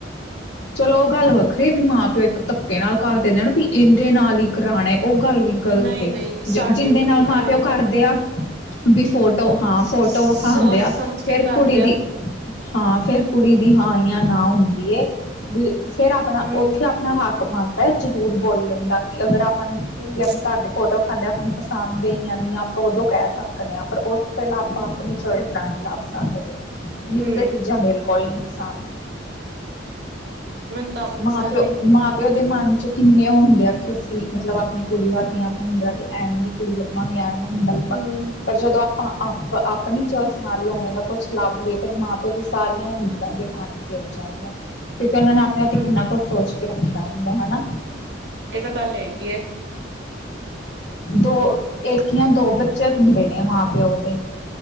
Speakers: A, on the left; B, on the right.
A: ਚਲੋ ਉਹ ਗੱਲ ਵੱਖਰੀ ਐ ਵੀ ਮਾਂ- ਪਿਓ ਇੱਕ ਧੱਕੇ ਨਾਲ ਕਰ ਦੇਣ ਵੀ ਇਹਦੇ ਨਾਲ ਹੀ ਕਰਾਣੇ। ਉਹ ਗੱਲ ਵੀ ਗ਼ਲਤ
B: ਨਹੀਂ
A: ਏ,
B: ਨਹੀਂ ਸਾਡੇ
A: ਜਿ ਜਿੰਦੇ
B: ਵੀ
A: ਨਾਲ
B: ਨੀ
A: ਮਾਂ ਪਿਓ
B: ਐਵੇਂ
A: ਕਰਦੇ ਆ ਵੀ ਫੋਟੋ ਹਾਂ,
B: ਸੋਚ
A: ਫੋਟੋ ਵਿਖਾਂਦੇ ਆ
B: ਸਮਝ
A: ਫੇਰ
B: ਕੇ ਕਰਦੇ
A: ਕੁੜੀ ਦੀ।
B: ਆ
A: ਹਾਂ ਫੇਰ ਕੁੜੀ ਦੀ ਹਾਂ ਜਾਂ ਨਾ ਹੁੰਦੀ ਏ ਵੀ ਫੇਰ ਆਪਣਾ
B: ਹੂੰ
A: ਉੱਥੇ ਆਪਣਾ ਹੱਕ ਬਣਦਾ ਜ਼ਰੂਰ ਬੋਲਣ ਦਾ ਕਿ ਅਗਰ ਆ ਆਪਾਂ ਨੂੰ
B: ਹੂੰ
A: ਵੀ ਆਪਣੇ ਘਰ ਦੇ ਫੋਟੋ ਦਿਖਾਂਦੇ, ਆਪਾਂ ਨੂੰ ਪਸੰਦ ਨਹੀਂ ਆਪਾਂ ਉਦੋਂ ਕਹਿ ਸਕਦੇ ਆਂ। ਪਰ ਉਸ ਤੋਂ ਪਹਿਲਾਂ ਆਪਾਂ
B: ਹੂੰ
A: ਆਪਣੀ ਚੋਇਸ ਦਾ ਨਹੀਂ ਲੱਭ ਸਕਦੇ, ਮੈਨੂੰ
B: ਹੂੰ
A: ਤਾਂ ਇਹ ਚੀਜ਼ਾਂ ਬਿਲ ਕੋਈ ਨੀ ਪਸੰਦ
B: ਮੈਨੂੰ ਤਾਂ ਆਪ ਨੂੰ
A: ਮਾਂ-
B: ਪਸੰਦ
A: ਪਿਓ,
B: ਹੈਗੀ
A: ਮਾਂ -ਪਿਓ ਦੇ ਮਨ ਚ ਕਿੰਨੇ ਉਹ ਹੁੰਦੇ ਆ ਕਿ ਅਸੀਂ ਮਤਲਬ ਆਪਣੀ ਕੁੜੀਆਂ ਧੀਆਂ ਆਪਣੇ ਮੁੰਡਿਆਂ ਤੇ ਐਵੇਂ ਦੀ ਕੁੜੀ ਲੱਭਾਂਗੇ, ਐਵੇ ਦਾ ਮੁੰਡਾ ਲੱਭਾਂਗੇ
B: ਹੂੰ
A: ਪਰ ਜਦੋਂ ਆਪਾਂ ਆਪ ਆਪਣੀ ਚੋਇਸ ਨਾਲ ਹੀ ਉਵੇਂ ਦਾ ਕੁਛ ਲੱਭ ਲਈਏ ਫਿਰ, ਮਾਂ ਪਿ ਉਹਦੀ ਸਾਰੀਆਂ ਉਮੀਦਾਂ ਤੇ ਪਾਣੀ ਫਿਰ ਜਾਂਦਾ। ਉਹਨਾਂ ਨੇ ਆਪਣੇ ਵਾਸਤੇ
B: ਹੂੰ
A: ਕਿੰਨਾ ਕੁਛ ਸੋਚ ਕੇ ਰੱਖਿਆ ਹੁੰਦਾ ਹਨਾ।
B: ਇਹ ਤਾਂ ਗੱਲ ਹੈਗੀ ਹੈ
A: ਦੋ ਇੱਕ ਜਾਂ ਦੋ ਬੱਚੇ ਹੁੰਦੇ ਨੇ ਮਾਂ -ਪਿਓ ਦੇ।